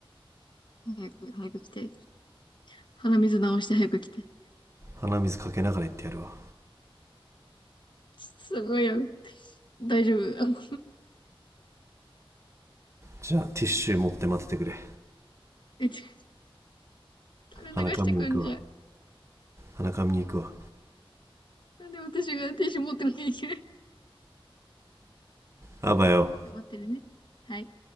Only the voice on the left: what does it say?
早く、早く来て。鼻水直して早く来て。
すごいよ。大丈夫。あの
<laughs> え、垂れ流してくんじゃん。
なんで私がティッシュ持ってなきゃいけない
頑張ってるね。はい。